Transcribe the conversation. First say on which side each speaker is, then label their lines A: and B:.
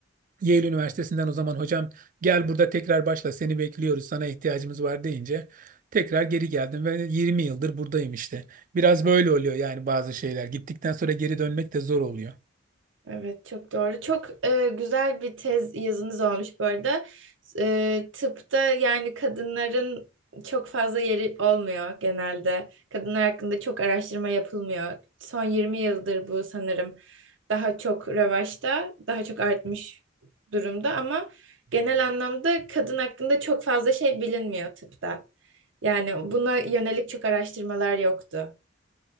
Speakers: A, on the right; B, on the right.
A: Yale Üniversitesi'nden o zaman hocam gel burada tekrar başla seni bekliyoruz sana ihtiyacımız var deyince tekrar geri geldim ve 20 yıldır buradayım işte. Biraz böyle oluyor yani bazı şeyler gittikten sonra geri dönmek de zor oluyor.
B: Evet çok doğru. Çok e, güzel bir tez yazınız olmuş bu arada. E, tıpta yani kadınların çok fazla yeri olmuyor genelde. Kadınlar hakkında çok araştırma yapılmıyor. Son 20 yıldır bu sanırım daha çok revaçta, daha çok artmış durumda ama genel anlamda kadın hakkında çok fazla şey bilinmiyor tıpta. Yani buna yönelik çok araştırmalar yoktu.